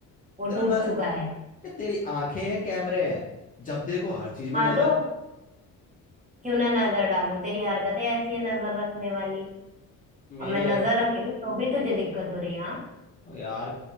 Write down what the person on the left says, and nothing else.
तेरा
न
क्या तेरी आंखें हैं कैमरे हैं जब देखो हर चीज
में नजर
मेरी
हर
यार